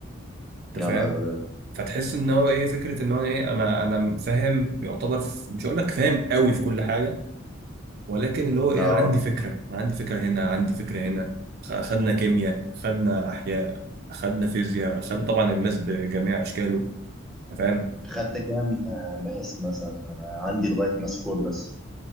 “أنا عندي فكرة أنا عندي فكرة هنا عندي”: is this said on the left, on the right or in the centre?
Right